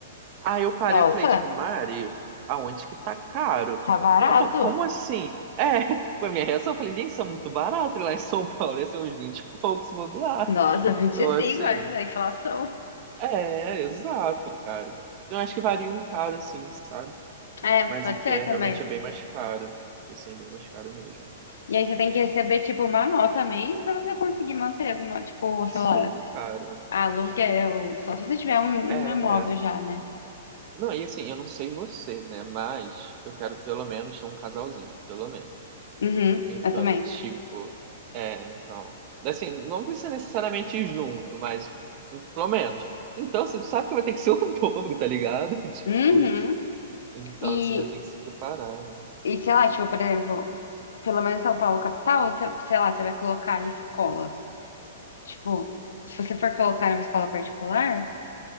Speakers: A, on the right; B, on the left.
A: Aí eu parei
B: Nossa,
A: e falei, tipo, Mari, aonde que tá caro?
B: tá barato.
A: Ela falou, como assim? <laughs> É, foi minha reação. Eu falei, gente, isso é muito barato lá em São Paulo, ia ser uns 20 e poucos se bobear.
B: Nossa, vinte
A: Então,
B: e cinco
A: assim,
B: ainda, inflação.
A: é, exato, cara. Então, acho que varia um caro, assim, sabe?
B: É,
A: Mas
B: pode
A: aqui
B: ser
A: é
B: também.
A: realmente é bem mais caro. Esse é bem mais caro mesmo.
B: E aí você tem que receber, tipo, uma nota mês pra você conseguir manter alguma, tipo,
A: Sim,
B: sei lá,
A: cara.
B: aluguel. Só se você tiver um, um
A: É.
B: imóvel já, né?
A: Não, e assim, eu não sei você, né? Mas eu quero pelo menos ter um casalzinho, pelo menos.
B: Uhum,
A: Então,
B: eu também.
A: é tipo, é, então. Assim, não precisa necessariamente ir junto, mas pelo menos. Então, você sabe que vai ter que ser o <laughs> dobro, tá ligado? <laughs> Tipo,
B: Uhum.
A: então
B: E,
A: você já tem que se preparar, né?
B: e sei lá, tipo, por exemplo, pelo menos São Paulo capital, você, sei lá, você vai colocar em escola. Tipo, se você for colocar em uma escola particular,